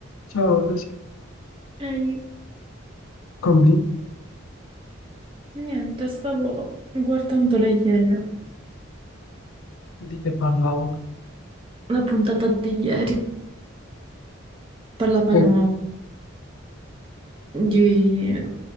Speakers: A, on the left; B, on the right.
A: Ciao, adesso
B: Ehi,
A: cominci
B: niente, stavo guardando le Iene,
A: e di che parlavo.
B: la puntata di ieri. Parlavano
A: Che-
B: di-